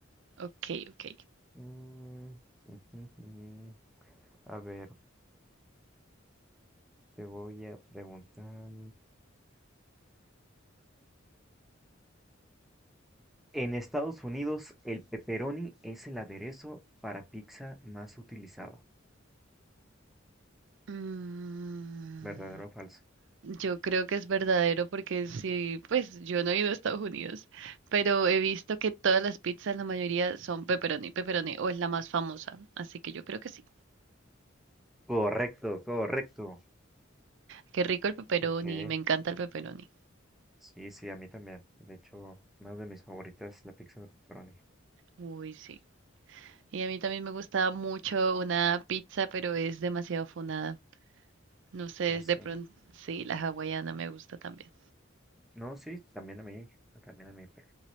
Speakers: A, on the right; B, in the centre.
A: Ok, ok.
B: Mm, ujujujú. A ver, te voy a preguntar. En Estados Unidos, el pepperoni es el aderezo para pizza más utilizado,
A: Mm,
B: ¿verdadero o falso?
A: yo creo que es verdadero porque sí, pues yo no he ido a Estados Unidos, pero he visto que todas las pizzas, la mayoría son pepperoni, pepperoni, o es la más famosa, así que yo creo que sí.
B: Correcto, correcto.
A: Qué rico el pepperoni,
B: Ok,
A: me encanta el pepperoni.
B: Sí, sí, a mí también. De hecho, una de mis favoritas es la pizza de pepperoni.
A: Uy, sí. Y a mí también me gustaba mucho una pizza, pero es demasiado funada. No sé,
B: ¿Ah,
A: es
B: sí?
A: de pronto, sí, la hawaiana me gusta también.
B: No, sí, también a mí. También a mí, pero